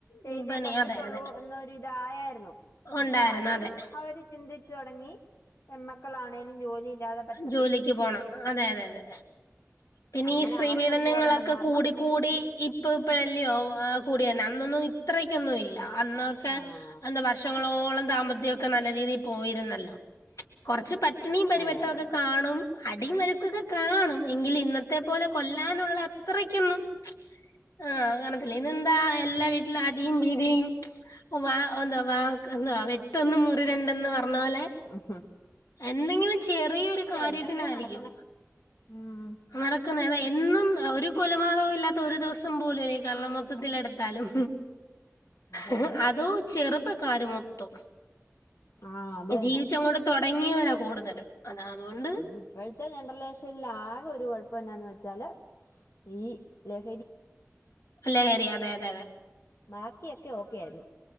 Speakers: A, on the left; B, on the left.
A: ചെയ്തേപറ്റെത്തുള്ളൂ
B: വിപണി അതെ അതെ
A: എന്നൊരു ഇതായാരുന്നു.
B: ഉണ്ടായിരുന്നു
A: അപ്പൊ അതിന്ന്
B: അതെ
A: അവര്ചിന്തിച്ചു തൊടങ്ങി പെമ്മക്കളാണേലും ജോലി ഇല്ലാതെപറ്റ്
B: ജോലിക്ക്പോണം അതെ, അതെ അതെ പിന്നീ
A: അങ്ങനെ
B: സ്ത്രീപീഡനങ്ങളൊക്കെകൂടി
A: അവർക്കൊരു ബോധം വന്ന കാരണം
B: കൂടി ഇപ്പഇപ്പഴല്ലയോ കൂടെയെന്നേ അന്നൊന്നും ഇത്രക്കൊന്നുല്ല അന്ന് ക്കെ
A: ആഹ്
B: എന്ത വർഷങ്ങളോളം ദാമ്പത്യൊക്കെ നല്ലേരീതിൽ പോയിരുന്നല്ലോ കൊർച്ച് പട്ടിണീം പരിപട്
A: അതെ അതെ അതെ
B: ക്കാണും അടീം വഴക്കൊക്കെകാണും എങ്കില് ഇന്നെത്തെപോലെ കൊല്ലാനുള്ള അത്രേക്കൊന്നും ആഹ് കാണത്തില്ല ഇ ന്നെന്താ എല്ലാവീട്ടിലും അടിംപിടിം വാ ന്ത വാ എന്ത വെട് ട്ടൊന്ന് മുറിരണ്ടന്ന് പറഞ്ഞപോലെ
A: ആഹ
B: എന്തെങ്കിലും ചെറിയൊരു കാര്യത്തിനായിരിക്കും
A: എന്തൊക്കെയാ നടക്കുന്നെ ഉം
B: നടക്കുന്നേ ഏതാഎന്നുംഎഒര് കൊലപാതകോല്ലാത്ത ഒര്ദിവസം പോലുല ഈ കേരളം മൊത്തത്തിലെടുത്താലും
A: അതെ
B: <inaudible>
A: അതെ
B: അതോ ചെറുപ്പക്കാര് മൊത്തം
A: ആഹ് അത് തന്നെ
B: ജീവിച്ചങ്ങോട്ട് തൊടങ്ങിയവരാ കൂടുതലും അതാ അതോണ്ട്
A: ഇപ്പോഴത്തെ ജനറേഷനിൽ ആകെ ഒര് കുഴപ്പംയെന്താന്ന് വെച്ചാല് ഈലഹരി
B: ലെഹരി അതെ അതെ അതെ
A: ബാക്കിയൊക്കെ ഓക്കൊയാരുന്നു